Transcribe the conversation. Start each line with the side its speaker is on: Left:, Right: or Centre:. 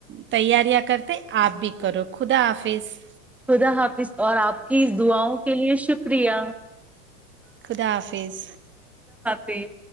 Right: تیاریاں کرتے آپ بھی کرو خدا حافظ
Centre: خدا حافظ اور آپ کی اس دعاؤں کے لیے شکریہ
Right: خدا حافظ
Centre: اسیس